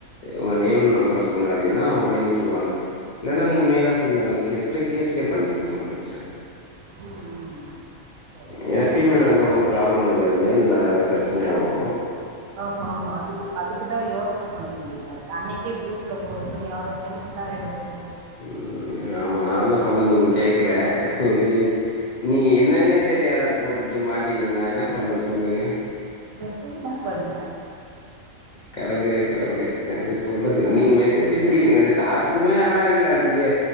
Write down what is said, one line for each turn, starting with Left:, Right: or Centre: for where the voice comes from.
Left: உங்க நேம் நம்பர் சொல்லுங்க அப்டின்னா அவங்க நேம் சொல்லுவாங்க. இல்லன்னா நீங்க மேலா பிமேலா கேட்டு கேட்டுட்டே பண்ணிக்கீங்க ஒன்னு பிரச்சனயில்ல.
Right: உம் உம் உம் சேரி சேரி
Left: ஏன்னா ஃபீமேலா
Right: ஓக்கே.
Left: இருந்தா ஒரு ப்ராப்ளம் இருக்காது மேல்லு இந்தாதா ஏதா பிரச்சனையாகு.
Right: ஆமா ஆமா அதுக்கு அதுக்குதா யோசன. பண்ண வேண்டியதாருக். அன்னிக்கே குரூப்புல போடும்போது யாரோ ஜென்ஸ். <unintelligible>
Left: உம் ஆமா நாதா சொன்ன நீங்க கேக்கல நீங்க நீங்க என்னன்னே தெரியாத. போட்டுட்டு மாட்டிக்கின்னா நா என்ன பண்ணுறது சொல்லுங்கள்.
Right: மெசேஜ்தா பண்ண.
Left: கடவுளே கடவுளே அ
Right: ஆ
Left: நீங்க மெசேஜ் ஃப்ரீ டாஸ்க் க்குமே ஆடாகல அதுக்கே